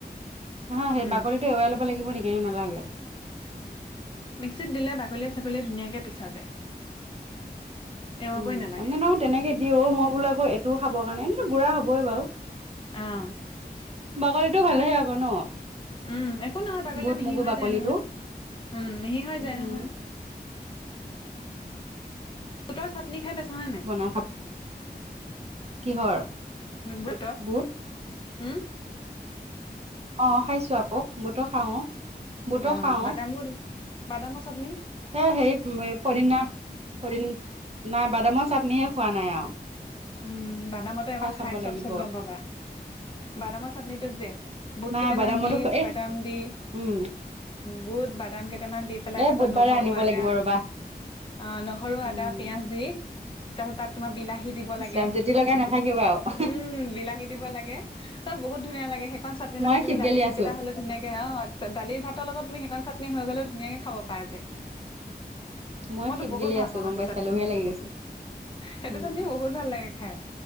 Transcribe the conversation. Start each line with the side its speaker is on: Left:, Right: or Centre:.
Right: নহয় সেই
Left: উম
Right: বাকলিটো এৰুৱাই ল'ব লাগিব নেকি ন নালাগে?
Left: মিক্সিত দিলে বাগলীয়ে ছাকলীয়ে ধুনীয়াকে পিছা যায়। এৰুৱাবই
Right: উম,
Left: নালাগে
Right: এনে নহয় তেনেকে দি অ মই বোলে অ এইটোও খাবৰ কাৰণে এনেতো গুঢ়া হবই বাৰু।
Left: আহ।
Right: বাকলিটো ভালেহে আকৌ ন।
Left: উম, একো নহয় বাগলী
Right: বুট
Left: মিহি
Right: মগু
Left: হৈ
Right: বাকলিটো
Left: যায় নহয়। উম, মিহি হৈ
Right: উম
Left: যায় নহয়। বুটৰ চাটনি খাই পাইছানে নাই
Right: বনাই খাব কিহৰ
Left: বুটৰ
Right: বুট
Left: উম,
Right: অ, খাইছো আকৌ বহতো খাও অ। বুটো
Left: অ
Right: খাও,
Left: বাদামো বাদামৰ চাটনি
Right: এই সেই পদিনা পদিন না বাদামৰ চাটনিহে খোৱা নাই আৰু।
Left: উম, বানামটো এবাৰ
Right: চাব
Left: খাই চোৱাৰ
Right: লাগিব
Left: পিছত গম পাবা। বাদামৰ চাটনিটোত যে বুট
Right: নাই
Left: কেইটামান
Right: বাদামতো
Left: দি
Right: এ
Left: বাদাম দি
Right: উম
Left: বহুত বাদাম কেইটা কেইটামান দি পেলাই
Right: এ
Left: তাৰ
Right: বুধবাৰে
Left: পিছত নহৰু
Right: আনিব
Left: আদা
Right: লাগিব ৰবা
Left: অ নহৰু
Right: উম
Left: আদা পিয়াজ দি তাৰপিছ তাত তোমাৰ বিলাহী- দিব
Right: ইছৰাম
Left: লাগে।
Right: জুতি লগাই নাথাকিবা আৰু
Left: উম, বিলাহী দিব লাগে অ, বহুত ধুনীয়া লাগে। সেইখন চাটননি
Right: মই
Left: লগত তুমি
Right: শিপগেলি
Left: দালি ভাতকেইটা
Right: আছো
Left: হলে ধুনিয়াকে অ, দালি ভাতৰ লগত তুমি সেই কন চাটনি হৈ গলেও ধুনীয়াকে খাব পায় যে।
Right: মই
Left: মইতো
Right: শিপগেলি
Left: বহুত ভাল
Right: আছো
Left: পাও
Right: গম
Left: সেইটো
Right: পাইছা
Left: চাটনী
Right: লোভে লাগি গৈছে
Left: সেইটো
Right: উম
Left: চাটনি বহুত ভাল লাগে খাই।